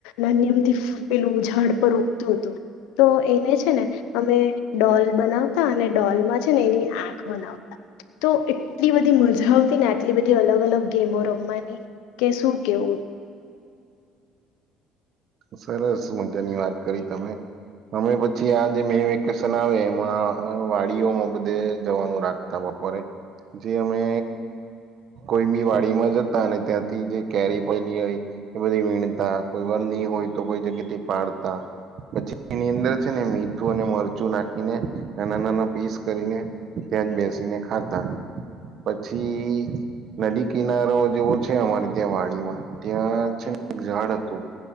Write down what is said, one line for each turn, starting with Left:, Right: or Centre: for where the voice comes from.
Left: નાન્યમથી ફૂપેલું ઝાડ પર ઉતુ તો એને છે ને અમે ડોલ બનાવતા અને ડોલમાં છે ને એની આંખ બનાવતા તો એટલી બધી મજા આવતી ને આટલી બધી અલગ અલગ ગેમો રમવાની કે શું કેવું.
Right: સરસ મજાની વાત કરી તમે અમે પછી આ જે મે વેકેશન આવે એમાં વાડીઓમાં બધે જવાનું રાખતા બપોરે જે અમે કોઈ બી વાડીમાં જતા અને ત્યાંથી જે કેરી પઇડી હોય એ બધી વીણતા કોઈ વાર ની હોય તો કોઈ જગ્યાથી પાડતા પછી એની અંદર છે ને મીઠું અને મરચું નાખીને નાના નાના પીસ કરીને ત્યાં જ બેસીને ખાતા. પછી નદી કિનારો જેવો છે અમારે ત્યાં વાડીમાં ત્યાં છે એક ઝાડ હતું.